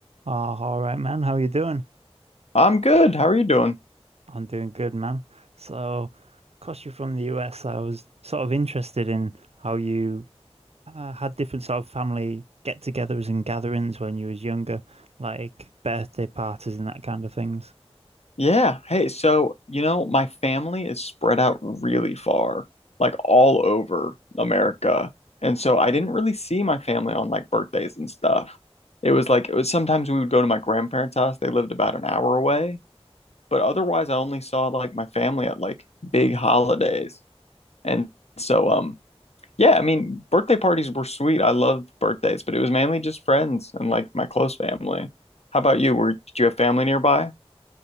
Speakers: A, on the right (about 70°); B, on the left (about 75°).
A: Oh, all right, man. How you doing?
B: I'm good. How are you doing?
A: I'm doing good, man. So, because you're from the US, I was sort of interested in how you uh, had different sort of family get-togethers and gatherings when you was younger, like birthday parties and that kind of things.
B: Yeah. Hey, so, you know, my family is spread out really far, like all over America. And so I didn't really see my family on like birthdays and stuff. It was like it was sometimes we would go to my grandparents' house. They lived about an hour away, but otherwise I only saw like my family at like big holidays. And so um yeah, I mean, birthday parties were sweet. I loved birthdays, but it was mainly just friends and like my close family. How about you? Were did you have family nearby?